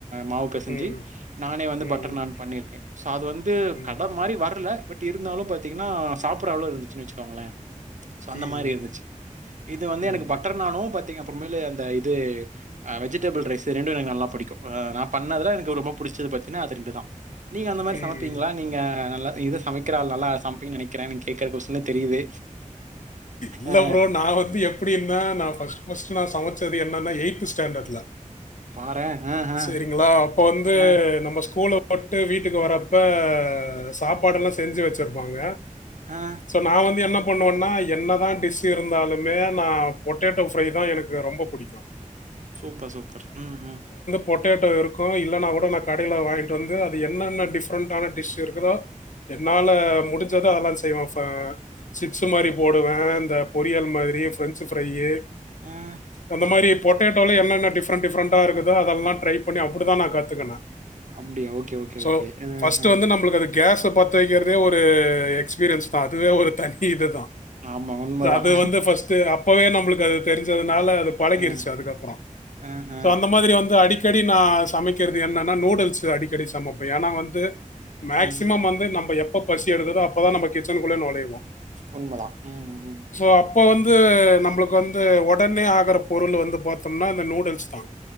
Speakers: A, on the right; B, on the left.
A: மாவு பெசஞ்சு
B: ம்.
A: நானே வந்து
B: ம்.
A: பட்டர் நான் பண்ணிருக்கே சோ அது வந்து
B: ம்.
A: கட மாரி வரல பட் இருந்தாலு பாத்தீங்கன்னா சாப்பிட அளவு இருந்துச்சுன்னு வெச்சக்கோங்களே சோ அந்த
B: ம்.
A: மாரி இருன்ச்சு இது வந்து
B: ம்.
A: எனக்கு பட்டர் நானு பாத்தீங்க அப்புறமேலு அந்த இது ஆ வெஜிடபிள் ரைஸ் ரெண்டு எனக்கு நல்லா பிடிக்கு நா பண்ணதுல எனக்கு ரொம்ப புடிச்சது பாத்தீங்கன்னா அது ரெண்டு தா நீங்க அந்த மாரி
B: ம்.
A: சமைப்பீங்களா நீங்க நல்லா இது சமைக்கிற ஆள் நல்லா சமைப்பிங்கன்னு நெனைக்கிற நீங்க கேக்குற கொஸ்டீன்லயே தெரியுது
B: இல்ல
A: அ
B: ப்ரோ நா வந்து எப்டின்னா நா ஃபஸ்ட் ஃபஸ்ட் நா சமச்ச ச்சது என்னன்னா எயிட்த்து ஸ்டேண்டேட்ல
A: பாரேன். அ, அ,
B: சேரிங்களா அப்ப வந்து
A: அ,
B: நம்ம ஸ்கூல போட்டு வீட்டுக்கு வரப்ப சாப்பாடு எல்லா செஞ்சு வெச்சிருப்பாங்க
A: ஆ
B: சோ நா வந்து என்ன பண்ணுவன்னா என்னதா டிஷ் இருந்தாலுமே நா பொட்டேட்டோ ஃப்ரை தா எனக்கு ரொம்ப புடிக்கு <inaudible> <unintelligible>
A: சூப்பர் சூப்பர் ம் ம்
B: பொட்டேட்டோ இருக்கு இல்லன்னா கூட நா கடையில வாங்கிட்டு வந்து அது என்னென்ன டிஃப்ரெண்ட்டான டிஷ் இருக்குதோ என்னால‌
A: ம்.
B: முடிஞ்சது அதெல்லா செய்வே சிப்ஸ் மாரி போடுவே இந்த பொரியல் மாதிரி ஃபிரெஞ்சு ஃபிரையி
A: ம்
B: அந்த மாரி பொட்டேட்டோலல்ல என்ன என்ன டிஃப்ரெண்ட் டிஃப்ரெண்டா இருக்குதோ அதெல்லா ட்ரை பண்ணி அப்பிடிதா நா கத்துக்குனே
A: அப்டியா? Okay, okay,
B: so
A: okay. ம்ஹ்ம்.
B: First வந்து நம்மளுக்கு அது கேஸா பத்த வைக்கிறதே ஒரு எக்ஸ்பீரியன்ஸ் தா அதுவே ஒரு தனி இதுதா
A: ஆமா உண்மதான்.
B: சோ அது வந்து ஃபஸ்ட்டு அப்பவே நம்மளுக்கு அது தெரிஞ்சதுனால அது பழகிருச்சு
A: அ,
B: அதுக்கப்றோ
A: அ, அஹ.
B: சோ அந்த மாரி வந்து அடிக்க அடிக்கடி நா சமைக்கிறது என்னன்னா நூடுல்ஸ் அடிக்கடி சமைப்பே ஏன்னா வந்து
A: ம்.
B: மேக்சிமம் வந்து நம்ம எப்ப பசி எடுக்கதோ அப்பதா நம்ம கிச்சனுக்குள்ளயே நொழைவோ
A: உண்மைதா ம் ம்
B: சோ அப்போ வந்து நம்மளுக்கு வந்து ஒடனே ஆகிற பொருள் வந்து பாத்தோம்னா இந்த நூடுல்ஸ் தா